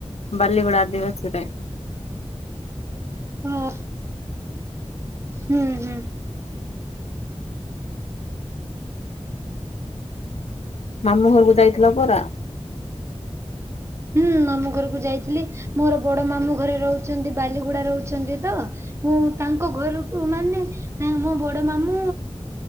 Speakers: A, on the left; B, on the right.
A: ବାଲିଗୁଡା ଆଦିବାସୀ ରେ।
B: ହଁ। ହୁଁ ହୁଁ।
A: ମାମଁ ଘରକୁ ଯାଇଥିଲ ପରା?
B: ହୁଁ ମାମୁ ଘରକୁ ଯାଇଥିଲି ମୋର ବଡ ମାମୁଁ ଘରେ ରହୁଛନ୍ତି ବାଲିଗୁଡା ରହୁଛନ୍ତି ତ। ମୁଁ ତାଙ୍କ ଘରକୁ ମାନେ ଏଁ ମୋ ବଡ ମାମୁଁ